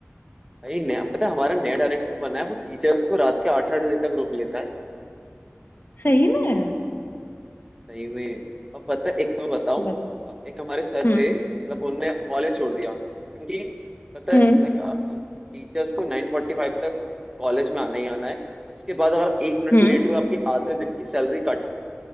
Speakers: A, on the right; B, on the left.
A: भाई नया पता है हमारा नया डायरेक्टर बना है वो टीचर्स को रात के आठ आठ बजे तक रोक लेता है
B: सही में
A: सही में और पता है एक तो मैं बताऊं
B: बताओ
A: एक हमारे सर
B: हम्म
A: थे मतलब उनने कॉलेज छोड़ दिया क्योंकि पता
B: हम्म
A: है लाइक टीचर्स को नाइन फोर्टी फाइव तक कॉलेज में आना ही आना है उसके बाद अगर आप एक मिनट
B: हम्म
A: भी लेट हुए आपकी आधे दिन की सैलरी कट